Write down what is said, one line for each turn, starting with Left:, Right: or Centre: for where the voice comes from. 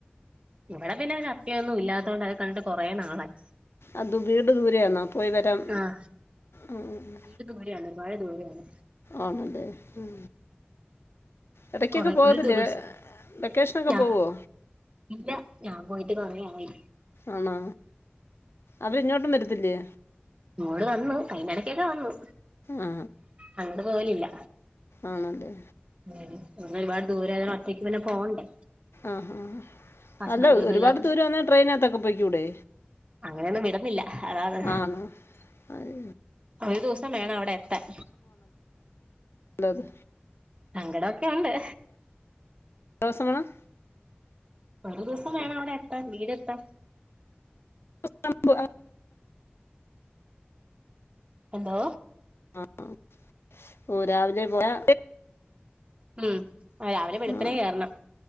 Right: ഇവിടെ പിന്നെ ചക്കയൊന്നും ഇല്ലാത്തത് കൊണ്ട് അത് കണ്ടിട്ട് കുറേ നാളായി
Left: അത് വീട് ദൂരെആന്നോ പോയി വരാം
Right: ആഹ്
Left: ആഹ് ആഹ്
Right: വീട് ദൂരെയാണ് ഒരുപാട് ദൂരെയാണ്
Left: ആണ്ലെ ആഹ് ഇടക്കൊക്കെ
Right: കൊറേ
Left: പോകത്തില്ലേ
Right: ഒരു ദിവസം
Left: വെക്കേഷനൊക്കെ
Right: ഞാ
Left: പോവോ
Right: ഇല്ല ഞാൻ പോയിട്ട് കൊറേയായി
Left: ആണോ അവരിങ്ങോട്ടും വരത്തില്ലേ
Right: ഇങ്ങോട് വന്നു കൈഞ്ഞടക്കൊക്കെ വന്നു
Left: ആ
Right: അങ്ങട്ട് പോലില്ല
Left: ആണല്ലെ
Right: ബെടന്ന് ഒരുപാട് ദൂരായത് കൊണ്ട് ഒറ്റയ്ക്ക് പിന്നെ പോണ്ടേ
Left: ആഹ് ആഹ്
Right: ഹസ്ബൻഡ്
Left: അല്ല
Right: ഒന്നും
Left: ഒരുപാട്
Right: ഇല്ലാത്ത
Left: ദൂരം ആണേൽ ട്രെയിനകത്തൊക്കെ പോയിക്കൂടെ
Right: അങ്ങനെയൊന്നും വിടന്നില്ല അതാണ്
Left: ആണോ അത്
Right: ഒരു ദിവസം വേണം അവിടെ എത്താൻ.
Left: ഉള്ളത്
Right: സങ്കടൊക്കെ ഉണ്ട്
Left: രോസം വേണം
Right: ഒരു ദിവസം വേണം അവിടെ എത്താൻ വീട് എത്താൻ.
Left: അലമ്പു
Right: എന്തോ
Left: ആഹ് ഓഹ് രാവിലെ പോയാ
Right: ഉം രാവിലെ വെളുപ്പിനെ
Left: ആ,
Right: കേറണം